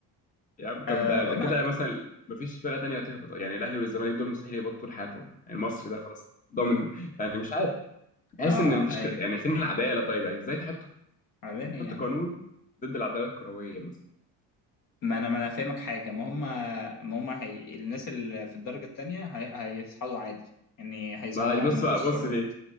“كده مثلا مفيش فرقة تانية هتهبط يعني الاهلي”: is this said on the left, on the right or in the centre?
Left